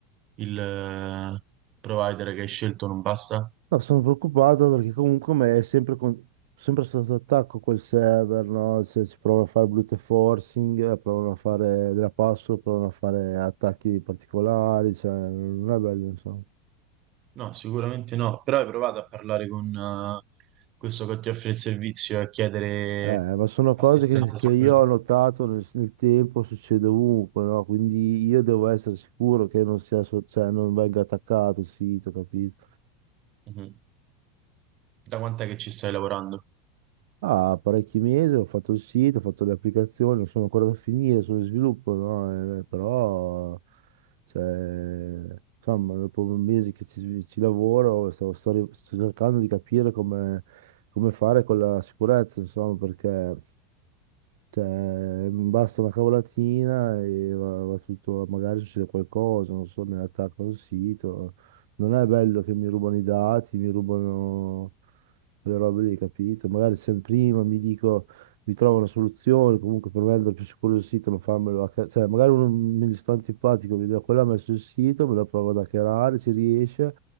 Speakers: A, on the right; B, on the right.
A: il eh, provider che hai scelto non basta?
B: No, sono preoccupato perché comunque me è sempre, con- sempre sotto attacco quel server, no? Se si provano a fare brute forcing, eh, provano a fare della password, provano a fare attacchi particolari, cioè non è bello, insomma.
A: No, sicuramente no, però hai provato a parlare con eh, questo che ti offre il servizio e a chiedere
B: Eh, ma sono
A: assistenza
B: cose che, che
A: su
B: io
A: quello.
B: ho notato nel, nel tempo, succede ovunque, no? Quindi io devo essere sicuro che non sia, so- cioè, non venga attaccato il sito, capito?
A: Mhm. Da quant'è che ci stai lavorando?
B: Ah, parecchi mesi, ho fatto il sito, ho fatto le applicazioni, non sono ancora da finire, sono in sviluppo, no? Eh, eh, però, cioè, insomma, dopo mesi che ci, ci lavoro, stavo- sto, ri- sto cercando di capire come, come fare con la sicurezza, insomma, perché cioè, basta una cavolatina e va, va tutto, magari succede qualcosa, non so, mi attaccano il sito. Non è bello che mi rubano i dati, mi rubano le robe lì, capito? Magari se prima mi dico, mi trovo una soluzione, comunque per vendere più sicuro il sito, non farmelo hacker- Cioè, magari uno mi sta antipatico, vedo quello ha messo il sito, me lo provo ad hackerare, ci riesce,